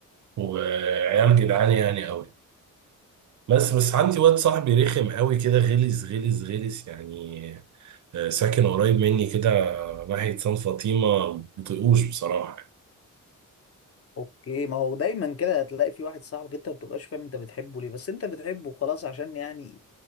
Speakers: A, on the right (about 60°); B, on the left (about 45°).
A: وعيال جدعان يعني قوي بس بس عندي واد صاحبي رخم قوي كده غلس غلس غلس يعني آه، ساكن قريب مني كده ناحية سان فاطمة مبطيقوش بصراحة
B: اوكي ما هو دايما كده هتلاقي في واحد صاحبك انت ما بتبقاش فاهم انت بتحبه ليه بس انت بتحبه خلاص عشان يعني